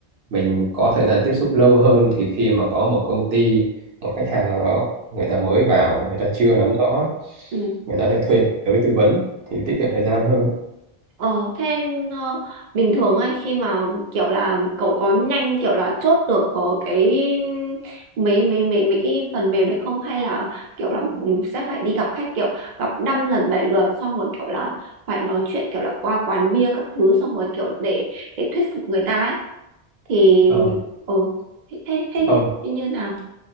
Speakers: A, on the right; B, on the right.
A: mình có thời gian tiếp xúc lâu hơn thì khi mà có một công ty một khách hàng nào đó người ta mới vào người ta chưa nắm rõ
B: ừ
A: người ta sẽ thuê tới tư vấn thì tiết kiệm thời gian hơn
B: ờ thế ờ, bình thường ấy khi mà kiểu là cậu có nhanh kiểu là chốt được ờ, cái mấy mấy mấy mấy cái phần mềm đấy không hay là kiểu là ừ, sẽ phải đi gặp khách kiểu gặp năm lần bảy lượt xong rồi kiểu là phải nói chuyện kiểu là qua quán bia các thứ xong rồi kiểu để để thuyết phục người ta ấy thì
A: không
B: ừ thế thế thế
A: không
B: thế như nào